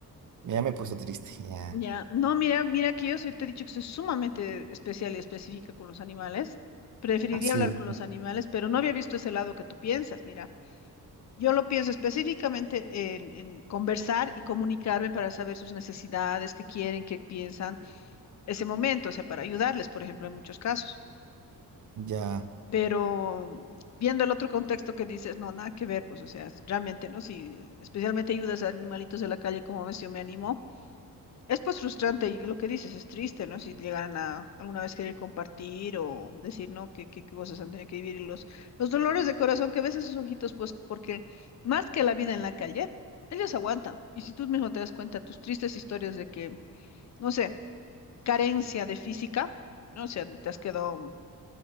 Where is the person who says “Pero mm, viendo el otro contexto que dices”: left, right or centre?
Left